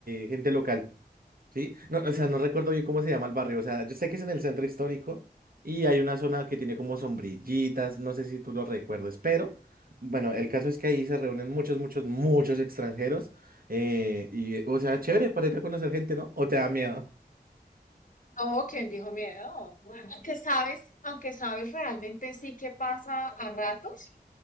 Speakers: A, on the right; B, on the left.
A: de gente local. Sí, no, o sea, no recuerdo bien cómo se llama el barrio, o sea, yo sé que es en el centro histórico y hay una zona que tiene como sombrillitas, no sé si tú lo recuerdes, pero bueno, el caso es que ahí se reúnen muchos, muchos, muchos extranjeros eh, y, eh, o sea, chévere para ir a conocer gente, ¿no? ¿O te da miedo?
B: No, ¿quién dijo miedo? Aunque sabes, aunque sabes realmente sí que pasa a ratos.